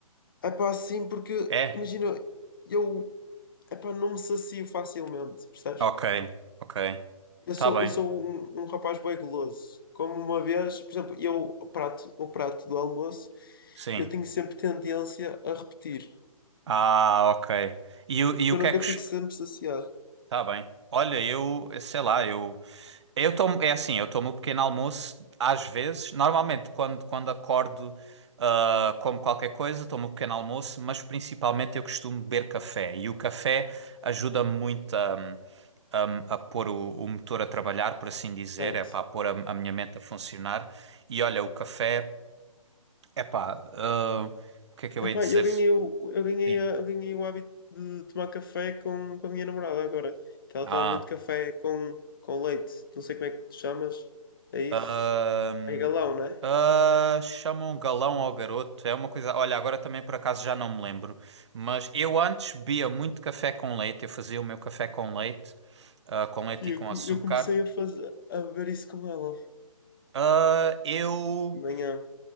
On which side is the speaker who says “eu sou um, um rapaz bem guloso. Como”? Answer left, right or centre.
Left